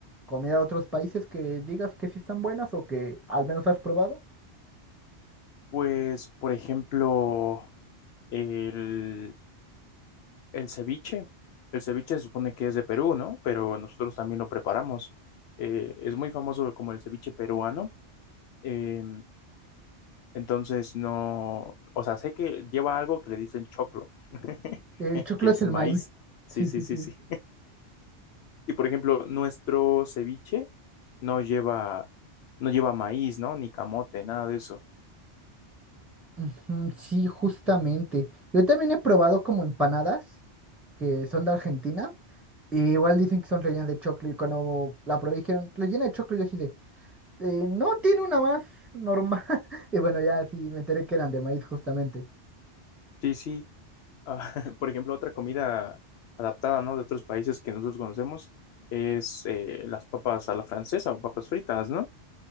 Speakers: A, in the centre; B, on the left.
A: comida de otros países que digas que sí están buenas o que al menos has probado.
B: Pues, por ejemplo, el, el ceviche. El ceviche se supone que es de Perú, ¿no? Pero nosotros también lo preparamos. Eh, es muy famoso como el ceviche peruano. Eh, entonces, no, o sea, sé que lleva algo que le dicen choclo, <laughs>
A: El choclo
B: que es
A: es el
B: el maíz.
A: maíz.
B: Sí,
A: Sí,
B: sí,
A: sí,
B: sí,
A: sí.
B: sí. Y por ejemplo, nuestro ceviche no lleva, no lleva maíz, ¿no? Ni camote, nada de eso.
A: Ujú, sí, justamente. Yo también he probado como empanadas. que son de Argentina. Y igual dicen que son rellenas de choclo y cuando la probé dijeron, rellena de choclo, y yo así de, "Eh, no tiene una más normal. <laughs> Y bueno, ya sí me enteré que eran de maíz justamente.
B: Sí, sí. Ah, <laughs> por ejemplo, otra comida adaptada, ¿no? De otros países que nosotros conocemos es eh, las papas a la francesa o papas fritas, ¿no?